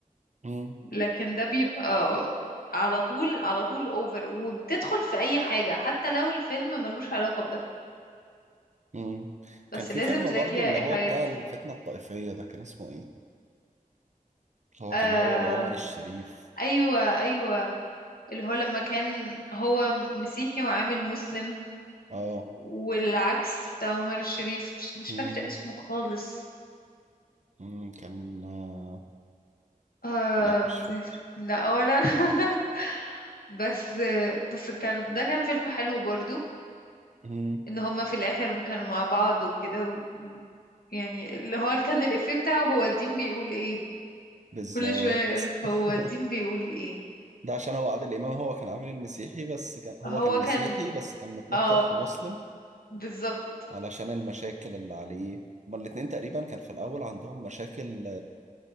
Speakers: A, on the right; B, on the left.
A: عليه
B: لكن ده بيبقى على طول على طول اوفر وبتدخل في اي حاجة حتى لو الفيلم ملوش علاقة بده
A: مم.
B: بس
A: كان في
B: لازم
A: فيلم
B: تلاقي
A: برضه
B: فيها
A: اللي
B: ايحاءات
A: هو بتاع الفتنة الطائفية ده كان اسمه ايه اللي هو
B: آم،
A: كان هو وعمر الشريف
B: ايوه ايوه اللي هو لما كان هو مسيحي وعامل مسلم
A: اه
B: والعكس بتاع عمر الشريف بس مش
A: مم.
B: فاكرة اسمه خالص
A: مم. كان آه.
B: آم،
A: لا مش فاكر
B: لا ولا أنا <laughs> بس بس كان ده كان فيلم حلو برضو
A: مم.
B: ان هما في الاخر كانوا مع بعض وكده و... يعني اللي هو كان الافيه بتاعه هو الدين بيقول ايه
A: بالظبط
B: كل شوية يقولك هو
A: <laughs>
B: الدين بيقول ايه
A: ده عشان هو عادل إمام هو كان عامل المسيحي بس كان هو
B: هو
A: كان مسيحي
B: كان
A: بس كان متنكر
B: اه
A: في مسلم
B: بالظبط
A: علشان المشاكل اللي عليه هما الاتنين تقريبا كان في الأول عندهم مشاكل